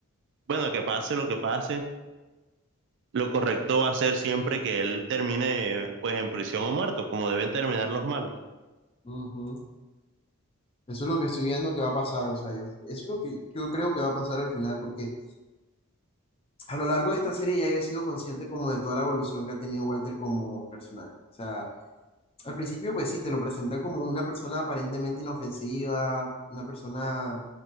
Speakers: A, on the right; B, on the left.
A: bueno, que pase lo que pase, lo correcto va a ser siempre que él termine pues en prisión o muerto, como deben terminar los malos.
B: Ujú. Eso es lo que estoy viendo que va a pasar, o sea, yo, eso es lo que yo creo que va a pasar al final, porque a lo largo de esta serie ya he sido consciente como de toda la evolución que ha tenido Walter como personaje. O sea, al principio pues sí, te lo presentan como una persona aparentemente inofensiva, una persona